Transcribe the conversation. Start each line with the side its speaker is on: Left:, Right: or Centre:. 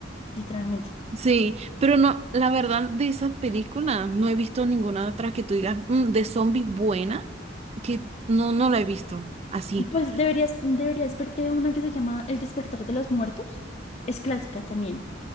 Left: literalmente.
Right: Sí, pero no, la verdad de esas películas no he visto ninguna otra que tú digas "Mm, de zombie buena, que no, no la he visto así.
Left: Pues deberías, deberías verte una que se llama El despertar de los muertos. Es clásica también.